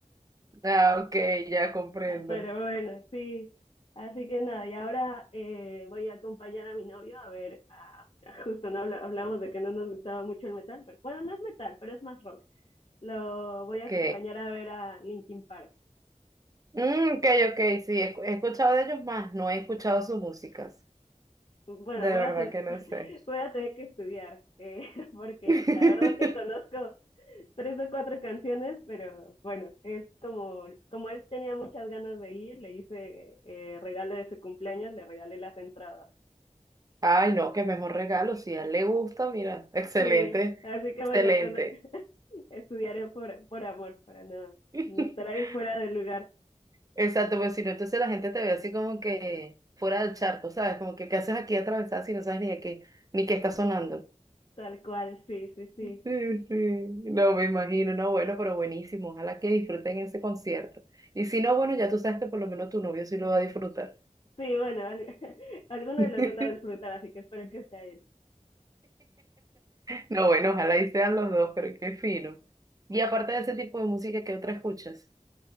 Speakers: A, on the right; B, on the left.
A: Ah, ok, ya comprendo.
B: <laughs> Ah, Pero bueno, sí. Así que nada, y ahora eh, voy a acompañar a mi novio a ver, a- <laughs> justo no habla- hablamos de que no nos gustaba mucho el metal, pero bueno, no es metal, pero es más rock. Lo voy
A: Ok.
B: a acompañar a ver a Linkin Park.
A: Mm, ok, ok, sí, he, he escuchado de ellos más, no he escuchado sus músicas.
B: Bueno,
A: De verdad
B: voy a, ten-
A: que no
B: <laughs>
A: sé.
B: voy a tener que estudiar, eh, <laughs> porque
A: <laughs>
B: la verdad que conozco tres o cuatro canciones, pero bueno, es como, como él tenía muchas ganas de ir, le hice eh, regalo de su cumpleaños, le regalé las entradas.
A: Ay, no, qué mejor regalo. Si a él le gusta, mira, excelente,
B: Sí, así que
A: excelente.
B: bueno, tendré- <laughs> estudiaré por, por amor, para no,
A: <laughs>
B: no estar ahí fuera del lugar,
A: Exacto, pues si no, entonces la gente te ve así como que fuera del charco, ¿sabes? Como que, ¿qué haces aquí atravesada si no sabes ni de qué, ni qué está sonando?
B: tal cual, sí, sí, sí.
A: Sí, sí, no me imagino, no, bueno, pero buenísimo, ojalá que disfruten ese concierto. Y si no, bueno, ya tú sabes que por lo menos tu novio sí lo va a disfrutar.
B: Sí, bueno, al- <laughs> alguno
A: <laughs>
B: de los dos la disfrutará, así que espero que sea él.
A: No, bueno, ojalá y sean los dos, pero qué fino. Y aparte de ese tipo de música, ¿qué otra escuchas?